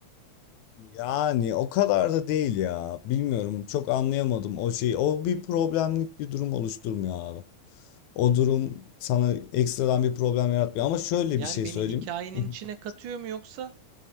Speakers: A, on the left; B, on the right.
A: Yani o kadar da değil ya. Bilmiyorum çok anlayamadım o şeyi. O bir problemlik bir durum oluşturmuyor abi. O durum sana ekstradan bir problem yaratmıyor. Ama şöyle
B: Yani
A: bir şey
B: beni
A: söyleyeyim.
B: hikayenin
A: <laughs>
B: içine katıyor mu yoksa